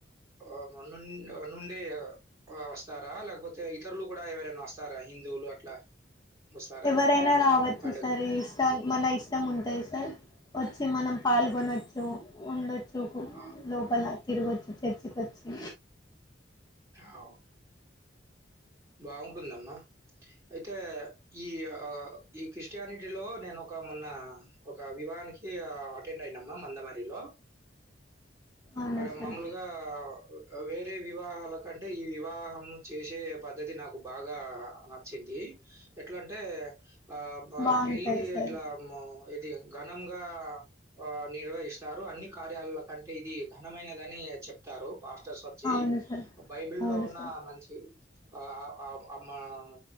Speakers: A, on the right; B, on the left.
A: ఒ నున్ నుండి అ వస్తారా లేకపోతే ఇతరులు కూడా ఎవరైనా వస్తారా హిం దువులు అట్లా వస్తారా
B: ఎవరైనా రావచ్చు
A: పండగకి?
B: సార్ ఇస్టన్ మన ఇష్టం ఉంటది సార్ వచ్చి మనం పాల్గొనోచ్చు
A: ఓకే.
B: ఉండొచ్చు
A: ఆ!
B: లోపల తిరుగొచ్చు చర్చికి వచ్చి
A: హౌ బాగుంటుందమ్మా అయితే ఈ ఆ ఈ క్రిస్టియాని టి లో నేను ఒక మొన్న ఒక వివానికి అ అటెండ్ అయినమ్మా మందమర్రీ లో
B: అవునా
A: అడ
B: సార్
A: మాములుగా వేరే వివాహాల కంటే ఈ వివాహం మ్ చేసే పద్ధ బాగా నచ్చింది ఎట్లాంటే ఆ బ
B: బాగుంటది
A: పెళ్ళి
B: సార్
A: ఇట్లా ఆమ్మో ఇది ఘనంగా ఆ నిర్వహిస్తారు అన్ని కార్యాలాలకంటే ఇది ఘనమైనదని ఇగ చెప్తారు పాస్టర్స్ వచ్చి
B: అవును సార్
A: బైబిల్లో
B: అవును
A: ఉన్న
B: సార్
A: మంచి అ ఆహ్ అమ్మ మ్